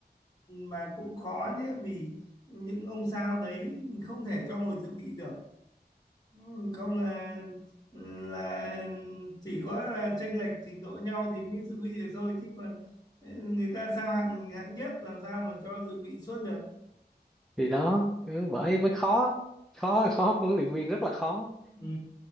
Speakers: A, on the left; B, in the centre.
A: mà cũng khó nhé vì những ông sao đấy mình không thể cho ngồi dự bị được Ừ, không là là chỉ có là chênh lệch trình độ nhau thì mới dự bị được thôi chứ còn ừ, người ta sao hạng hạng nhất làm sao mà cho dự bị suốt được
B: thì đó Ừ, bởi mới khó khó khó huấn luyện viên rất là khó
A: Ừ.